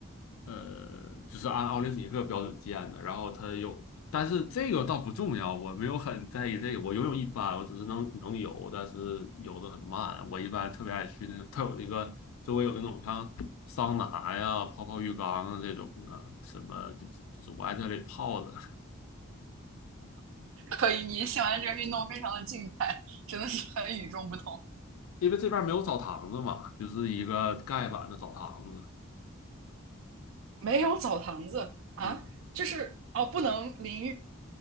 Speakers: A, on the left; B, on the right.
A: 呃，就是按奥林匹克标准建的。然后它有，但是这个倒不重要，我没有很在意这个。我游泳一般，我只是能能游，但是游的很慢。我一般特别爱去那个，它有一个周围有那种像桑拿呀、泡泡浴缸啊这种的，什么就就是我爱在这里泡着，
B: 可以，你喜欢这个运动非常的静态，真的是很与众不同。
A: <laughs> 因为这边没有澡堂子嘛，就是一个盖板的澡堂子。
B: 没有澡堂子啊，
A: 嗯。
B: 就是哦，不能淋浴，